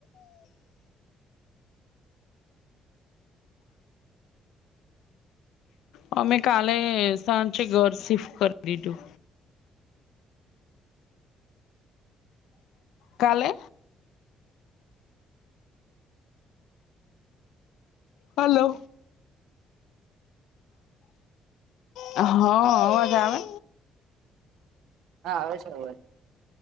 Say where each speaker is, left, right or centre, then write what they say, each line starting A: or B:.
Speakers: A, on the left; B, on the right.
A: મેમે કાલે સાંજે ઘર શિફ્ટ કર દીધું કાલે હલો હા અવાજ આવે?
B: હા આવે છે હવે